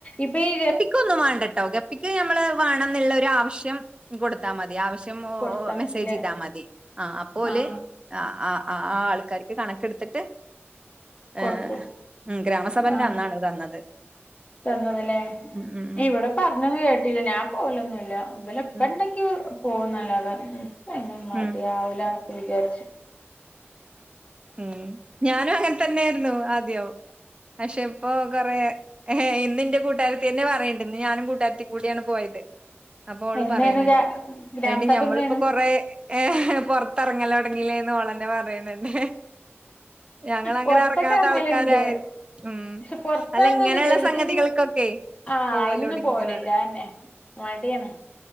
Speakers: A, on the left; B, on the right.
A: ഇപ്പ ഈ
B: നിക്കൊന്നും വേണ്ടാട്ടോ ഗപ്പിക്ക് ഞമ്മള് വേണന്നുള്ളൊര് ആവിശ്യം. കൊടുത്താ മതി ആവശ്യം ഓ
A: കൊടുത്താ
B: മെസ്സേജെയ്താൽ
A: മതില്ലേ
B: മതി ആ അപ്പോല്
A: ആഹ്
B: ആ ആ ആ ആൾക്കാർക്ക് കണക്കെടുത്തിട്ട്
A: കൊടുക്കും
B: ഏഹ്‌ ഉം ഗ്രാമസഭേന്റെ
A: ആഹ്
B: അന്നാണ് തന്നത്.
A: തന്നതല്ലേ
B: ഉം ഉം
A: ഇവിടെ പറഞ്ഞത് കേട്ടില്ലേ ഞാൻ പോലൊന്നുല്ല. ഓലെപ്പണ്ടെങ്കി
B: ഉം ഉം
A: പോന്നല്ലാതെ എനിക്ക്‌ മടിയാവൂല
B: ഉം
A: എന്നൊക്കെ വിചാരിച്ച്
B: ഉം ഞാനും അങ്ങനതന്നാര്ന്നു ആദ്യം പക്ഷെ ഇപ്പോ കൊറേ ഏഹ് ഇന്ന് എന്റെ കൂട്ടാരത്തി തന്നെ പറയിണ്ട് ഇന്ന് ഞാനും കുട്ടാര്ത്തി കൂടിയാണ് പോയത്. അപ്പോള്
A: എന്നേനു
B: പറയ്ന്നുണ്ട്
A: ഗ്രാ ഗ്രാമസഭ
B: എടീ ഞമ്മളിപ്പോ
A: എന്നേനു
B: കൊറേ ഏഹ്‌ പൊറത്തെറങ്ങലൊടങ്ങീല്ലേന്ന് ഓളെന്നെ പറയ്ന്ന്ണ്ട് ഞങ്ങളങ്ങന
A: പൊറത്തൊക്കെ
B: എറങ്ങാത്ത
A: എറങ്ങല്ണ്ട്
B: ആൾക്കാരായി ഉം
A: പക്ഷെ പൊറത്തെറങ്ങൊക്കെ
B: അല്ല ഇങ്ങനെയുള്ള
A: ചെയ്യും
B: സംഗതികൾക്കൊക്കെ
A: പക്ഷെ ആഹ്
B: പോവലോടങ്ങിന്നറിയ.
A: അയിനൊന്നും പോവലില്ല അതെന്നെ മടിയാണ്.